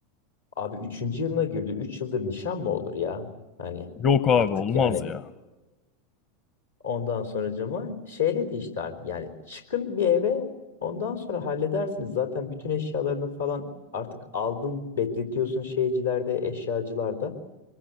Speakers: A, on the left; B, on the left.
A: Abi üçüncü yılına girdi. Üç yıldır nişan mı olur ya? Hani
B: Yok abi
A: artık
B: olmaz
A: yani
B: ya.
A: ondan sonracığıma şey dedi işte abi yani çıkın bir eve ondan sonra halledersiniz. Zaten bütün eşyalarını falan artık aldın bekletiyorsun şeycilerde, eşyacılarda.